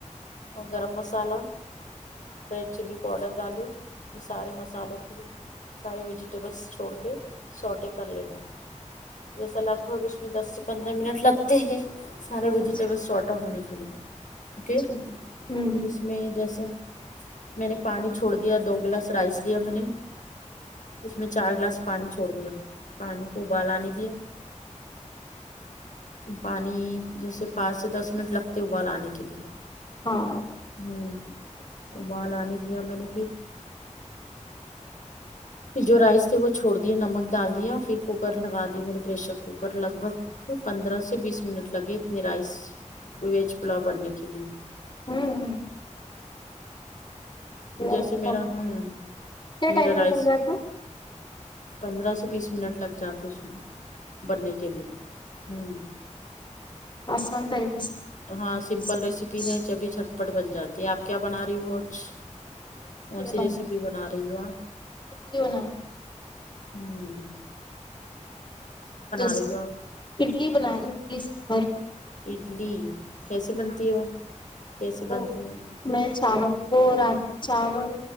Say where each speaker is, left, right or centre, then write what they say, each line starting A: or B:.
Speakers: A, on the left; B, on the left.
A: اور garam masala red chilli powder ڈالی اس میں سارے مسالوں کو سارے ویجیٹیبلس چھوڑ کے سوٹیں کر لینا ہے جیسا لگ بھگ اس میں دس سے پندرہ منٹ لگتے ہیں سارے ویجیٹیبلس
B: اچھا
A: سوٹیں ہونے کے لیے اوکے
B: اچھا
A: پھر
B: ہوں ہوں
A: میں جیسا میں نے پانی چھوڑ دیا دو گلاس رائس لیا میں نے اس میں چار گلاس پانی چھوڑ دیا پانی کو ابال آنے دیا پانی جیسے پانچ سے دس منٹ لگتے ابال آنے کے لیئے
B: ہاں
A: ہمم ابال آنے دیا میں نے پھر پھر جو رائس تھے وہ چھوڑ دیا نمک ڈال دیا پھر کوکر لگا دی میں نے پریشر کوکر لگ بھگ پندرہ سے بیس منٹ لگے اتنی رائس ویج پلاؤ بننے کے لیے
B: ہوں ہوں بڑھیا
A: جیسے
B: لگتا
A: میرا
B: ہو
A: ہوں
B: کیا
A: میرا
B: ٹائم میں
A: رائس
B: بن جاتا
A: پندرہ سے بیس منٹ لگ جاتے اس میں بننے کے لیے ہوں
B: آسان طریقے سے جاتا
A: ہاں
B: اچھا
A: سمپل ریسیپی
B: اچھا
A: ہے جبھی چھٹپٹ بن جاتی ہے آپ کیا بنا رہی ہو آج
B: اڈلی
A: کون سی
B: بناؤ
A: ریسیپی بنا رہی ہو آپ
B: اڈلی بناؤ
A: ھممم
B: جیسی
A: رہی ہو آپ
B: اڈلی بنا رہی ہوں اس بار
A: اڈلی کیسی بنتی ہے کیسی
B: وہ
A: بنتی ہے
B: میں چاول کو رات چاول